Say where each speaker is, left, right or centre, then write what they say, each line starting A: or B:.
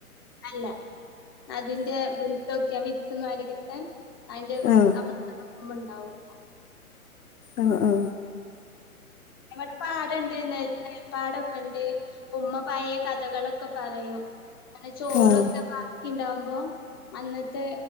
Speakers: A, on the left; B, on the left.
A: അല്ല അതിന്റെ വിത്തൊക്കെയ വിത്ത്മാരികത്തെ അതിന്റെ
B: ആഹ്
A: നമ്മ ഉമ്മണ്ടാവും
B: ആഹ ആ
A: ഇവിടെപാടണ്ട് ന്ന് പാടൊക്കെണ്ട് ഉമ്മ പായെ കഥകളൊക്കെ പറയും അങ്ങനെ ചോറൊക്കെ
B: ആഹ്
A: ണ്ടാവുമ്പോ അന്നത്തെ